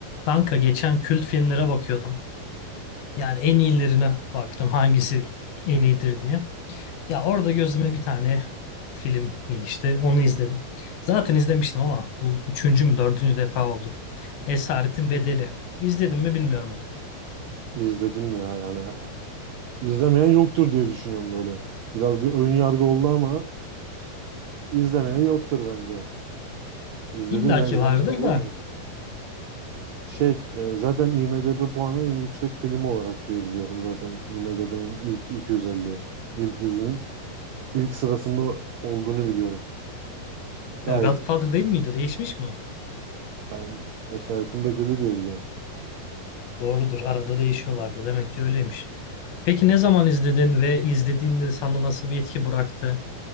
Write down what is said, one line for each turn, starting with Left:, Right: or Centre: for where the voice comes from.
Left: Kanka geçen kült filmlere bakıyordum. Yani en iyilerine baktım hangisi en iyidir diye. Ya orada gözüme bir tane film ilişti. Onu izledim. Zaten izlemiştim ama bu üçüncü mü dördüncü defa oldu. Esaretin Bedeli. İzledim mi bilmiyorum ama.
Right: İzledim ya yani. İzlemeyen yoktur diye düşünüyorum böyle. Biraz bir ön yargı oldu ama izlemeyen yoktur bence. İzledim
Left: İlla
Right: ya
Left: ki
Right: izlemez
Left: vardır
Right: olur
Left: da.
Right: mu? Şey e, zaten IMDb puanı en yüksek film olarak diye biliyorum zaten IMDb'nin ilk 250, ilk yüzünün ilk sırasında olduğunu biliyorum. Gayet
Left: E, Godfather değil miydi? Değişmiş mi? o?
Right: ben Esaretin Bedeli diye biliyorum.
Left: Doğrudur. Arada değişiyorlardı. Demek ki öyleymiş. Peki ne zaman izledin ve izlediğinde sana nasıl bir etki bıraktı?